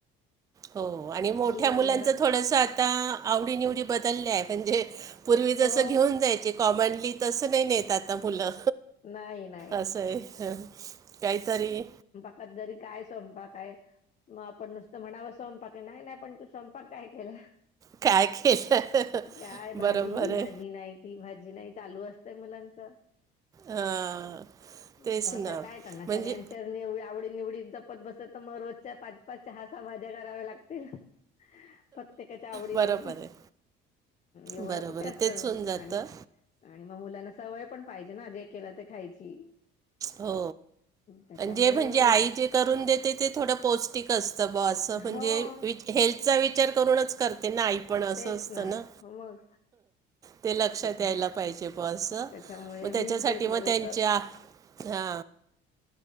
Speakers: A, on the right; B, on the left.
A: हो आणि मोठ्या
B: ना
A: मुलांच
B: घरात
A: थोडस आता आवडीनिवडी बदललेय म्हणजे पूर्वी जसं
B: हो
A: घेऊन जायचे कॉमनली तसं नाही नेतात ता मुलं
B: नाही नाही
A: असं आहे काहीतरी
B: कदरी काय स्वयंपाकय मग आपण नुसतं म्हणावं स्वयंपाक नाही नाही पण तू स्वयंपाक काय केला
A: काय केलं
B: काय भाजी
A: बरोबर
B: हि
A: आहे
B: भाजी नाही ती भाजी नाही चालू असतेय मुलांच
A: हां
B: पण
A: तेच
B: आता
A: ना
B: काय करणार
A: म्हणजे
B: सगळ्यांच्या निव आवडी निवडी जपत बसत तर मग रोजच्या पाच पाच चहा सहा सहा भाज्या कराव्या लागतील प्रत्येकाच्या आवडीने
A: बरोबर आहे
B: एवढा
A: बरोबर
B: कुठे असत
A: आहे तेच
B: आणि
A: होऊन जातं
B: आणि मग मुलांना सवय पण पाहिजे ना जे केलं ते खायची
A: हो
B: त्याच्यामुळे
A: जे म्हणजे आई
B: नाही
A: जे करून देते ते थोडं पौष्टिक असतं भुआ असं म्हणजे
B: हो
A: विच हेल्थचा विचार करूनच करते ना पण असं
B: तेच
A: असतं ना
B: हो मग
A: ते लक्षात
B: त्याच्या
A: यायला पाहिजे बुआ असं
B: त्याच्यामुळे
A: मग
B: वीक
A: त्याच्यासाठी
B: डेज
A: मग
B: मध्ये
A: त्यांच्या
B: तर
A: हा